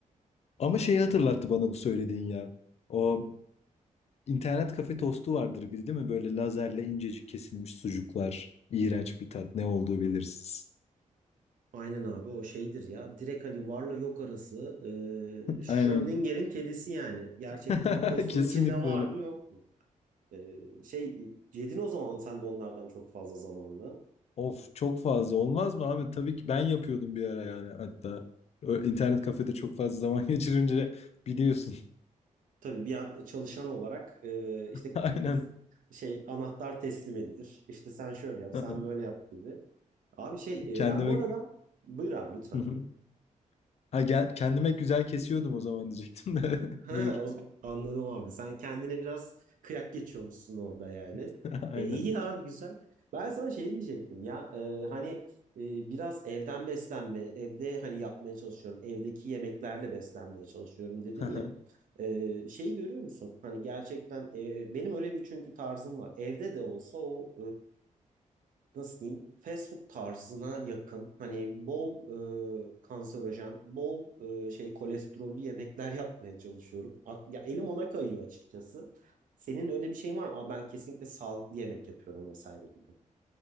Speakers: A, on the left (about 50°); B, on the right (about 85°).
A: Ama şeyi hatırlattı bana bu söylediğin ya. O internet kafe tostu vardır bir değil mi? Böyle lazerle incecik kesilmiş sucuklar. İğrenç bir tat. Ne olduğu belirsiz.
B: Aynen abi o şeydir ya. Direkt hani varla yok arası. E, Schrödinger'in
A: Aynen.
B: kedisi yani. Gerçekten
A: <laughs>
B: bu tostun
A: Kesinlikle
B: içinde var
A: öyle.
B: mı yok mu? E, şey yedin o zaman sen de onlardan çok fazla zamanla.
A: Of çok fazla olmaz mı abi? Tabii ki ben yapıyordum bir ara yani hatta. Ö- İnternet kafede çok fazla zaman <laughs> geçirince biliyorsun.
B: Tabii bir an çalışan olarak e,
A: <laughs>
B: işte
A: Aynen.
B: şey anahtar teslim edilir. İşte sen şöyle yap,
A: <laughs>
B: sen böyle yap gibi. Abi şey
A: Kendime
B: e, ben bu arada buyur abi lütfen.
A: Hı hı. ha, gel- kendime güzel kesiyordum o zaman diyecektim de.
B: <laughs> Ha,
A: <laughs> Buyur.
B: o- anladım abi. Sen kendine biraz kıyak geçiyormuşsun orada yani.
A: <laughs> Aynen.
B: E, iyi abi güzel. Ben sana şey diyecektim ya e, hani e, biraz evden beslenme, evde hani yapmaya çalışıyorum, evdeki yemeklerle beslenmeye çalışıyorum dedin
A: <laughs>
B: ya. E, şeyi görüyor musun? Hani gerçekten e, benim öyle bir çünkü tarzım var. Evde de olsa o e, nasıl diyeyim fast food tarzına yakın hani bol e, kanserojen, bol e, şey kolesterollü yemekler yapmaya çalışıyorum. Ak- ya elim ona kayıyor açıkçası. Senin öyle bir şeyin var mı? Aa, ben kesinlikle sağlıklı yemek yapıyorum vesaire gibi.